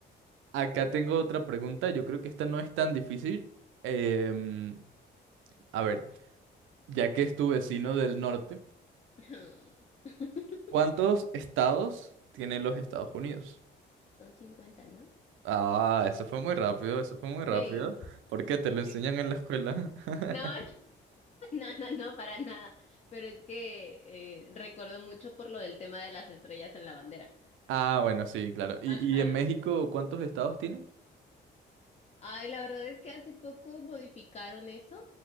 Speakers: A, on the right; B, on the left.
A: Acá tengo otra pregunta, yo creo que esta no es tan difícil. Em, a ver, ya que es tu vecino del norte,
B: <laughs>
A: ¿cuántos estados tienen los Estados Unidos?
B: Son cincuenta, ¿no?
A: Ah, eso fue muy rápido, eso fue muy rápido.
B: Sí.
A: ¿Por qué te lo enseñan
B: sí.
A: en la escuela? <laughs>
B: No, <laughs> no, no, no, para nada. Pero es que eh, recuerdo mucho por lo del tema de las estrellas en la bandera.
A: Ah, bueno, sí, claro. ¿Y,
B: Ajá.
A: y en México cuántos estados tiene?
B: Ay, la verdad es que hace poco modificaron eso.